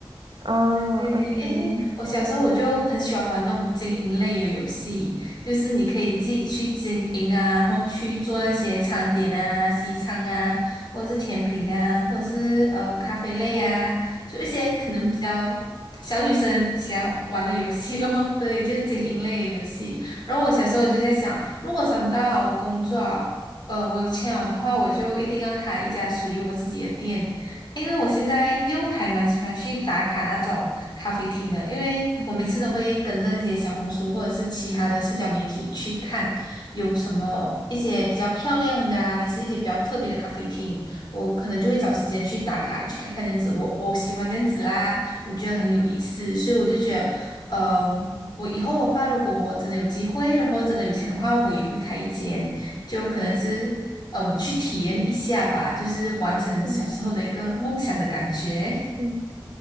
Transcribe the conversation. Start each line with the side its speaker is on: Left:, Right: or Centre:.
Right: 哦，OK，
Left: 对，诶，我小时候我就很喜欢玩那种经营类的游戏，就是你可以自己去经营啊，
Right: 嗯
Left: 然后去做那些餐点啊、西餐啊，或者是甜品啊，或者是呃咖啡类啊，就一些可能比较小女生想要玩的游戏咯。
Right: 嗯
Left: <laughs> 对，就是经营类的游戏。然后我小时候我就在想，如果长大了我工作啊，呃，我有钱了的话，我就一定要开一家属于我自己的店。因为我现在又还蛮喜欢去打卡那种咖啡厅的，因为我每次都会跟着那些小红书或者是其他的社交媒体去看有什么一些比较漂亮的啊还是一些比较特别的咖啡厅，
Right: 嗯
Left: 我可能就会找时间去打卡，去看看这样子。我我喜欢这样子啦，我觉得很有意思，所以我就觉得，嗯、我以后的话，如果我真的有机会，然后真的有钱的话，我也会开一间。就可能是嗯，去体验一下吧，就是完成小时候的一个梦想的感觉。
Right: 嗯嗯